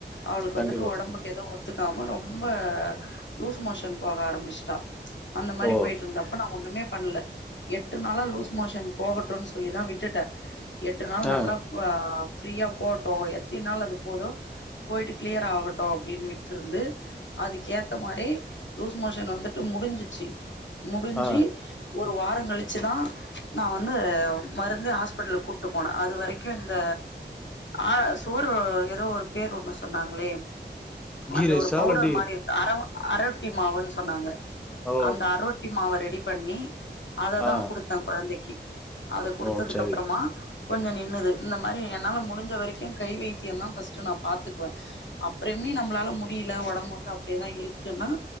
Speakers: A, on the left; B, in the centre.
A: அவளுக்கு
B: கண்டிப்பா.
A: வந்துட்டு உடம்புக் ஏதோ ஒத்துக்காம ரொம்ப லூஸ் மோஷன் போக ஆரம்பிச்சுட்டா அந்த மாரி
B: ஓ!
A: போயிட்டு இருந்தப்ப நா ஒண்ணுமே பண்ணல எட்டு நாளா லூஸ் மோஷன் போகட்டுன் சொல்லிதா விட்டுட்ட எட்டு நாள்
B: ஆ,
A: நல்லா ஆ ஃப்ரீயா போட்டு எத்திநாள் அது போதோ போயிட்டு கிளியர் ஆகட்டு அப்டின் விட்டுருந்து அதுக்கேத்த மாரி லூஸ் மோஷன் வந்துட்டு முடிஞ்சிச்சு முடிஞ்சு
B: ஆ.
A: ஒரு வார கழிச்சுதா நா வந்து மருந்து ஹாஸ்பிட்டலுக்கு கூப்டு போன அது வரைக்கு இந்த ஆ சோர்வு எதோ ஒரு பேர் ஒன்னு சொன்னாங்களே
B: கீ
A: அந்த
B: ரைஸா?
A: ஒரு பவுடர்
B: இல்லாட்டி
A: மாரி அர அரொட்டி மாவுன் சொன்னாங்க
B: ஓ!
A: அந்த அரொட்டி மாவ ரெடி பண்ணி அததா
B: ஆ.
A: குடுத்த கொழந்தைக்கு அத குடுத்ததுக்கு
B: ஓ! சரி.
A: அப்றமா கொஞ்சோ நின்னுது இந்த மாரி என்னால முடிஞ்ச வரைக்கு கை வைத்திய தா ஃபர்ஸ்ட்டு நா பாத்துக்குவ அப்பறமே நம்மளால முடில உடம்பு வந்து அப்டியேதா இருக்குன்னா